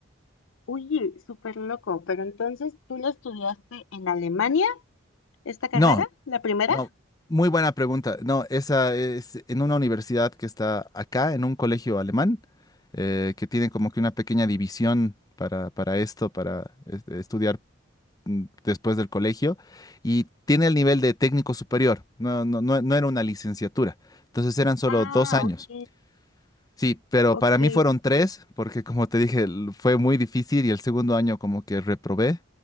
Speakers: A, on the left (about 75°); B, on the left (about 20°).
A: Uy, súper loco. Pero entonces, ¿tú la estudiaste en Alemania, esta carrera,
B: No,
A: la primera?
B: No, muy buena pregunta. No, esa es en una universidad que está acá, en un colegio alemán, eh, que tiene como que una pequeña división para, para esto, para este, estudiar mm, después del colegio, y tiene el nivel de técnico superior. No, no, no, no era una licenciatura. Entonces eran solo
A: Ah,
B: dos años.
A: ok,
B: Sí, pero
A: ok.
B: para mí fueron tres, porque como te dije, l- fue muy difícil y el segundo año como que reprobé.